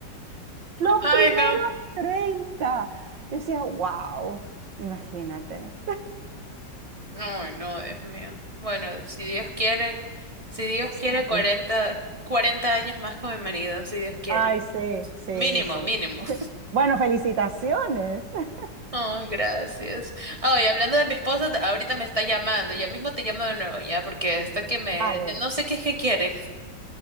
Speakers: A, on the right (about 80°); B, on the right (about 20°).
A: Los
B: Ay,
A: primeros
B: no.
A: 30. Yo decía, wow, imagínate.
B: Ay, no, Dios mío. Bueno, si Dios quiere, si Dios
A: Sí,
B: quiere cuarenta,
A: po.
B: cuarenta años más con mi marido, si Dios quiere.
A: Ay, sí, sí,
B: Mínimo,
A: sí.
B: mínimo. <laughs>
A: Bueno, felicitaciones. <laughs>
B: Ay, gracias. Ay, hablando de mi esposa, t- ahorita me está llamando. Ya mismo te llamo de nuevo, ya, porque hasta que me...
A: Vale,
B: No sé qué es que quiere.